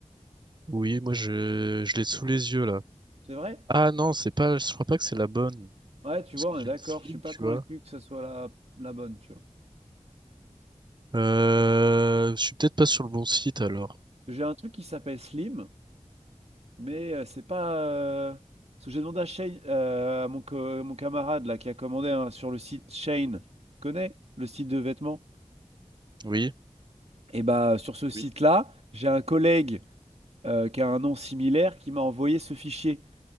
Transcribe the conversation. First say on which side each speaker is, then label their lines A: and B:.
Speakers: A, on the right; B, on the right.
A: oui, moi je, je l'ai sous les yeux là.
B: C'est vrai?
A: Ah non, c'est pas, je crois pas que c'est la bonne.
B: Ouais, tu
A: Parce
B: vois,
A: que
B: on
A: j'ai
B: est d'accord.
A: une Slim,
B: Je suis pas
A: tu
B: convaincu
A: vois.
B: que ce soit la, la bonne, tu vois.
A: Euh, je suis peut-être pas sur le bon site alors.
B: J'ai un truc qui s'appelle Slim, mais euh, c'est pas. euh, Parce que j'ai demandé à Shane, euh, à mon, co- mon camarade là qui a commandé hein, sur le site Shane. Connais le site de vêtements?
A: Oui,
B: Et bah sur ce site-là,
A: oui.
B: j'ai un collègue. euh, qui a un nom similaire, qui m'a envoyé ce fichier.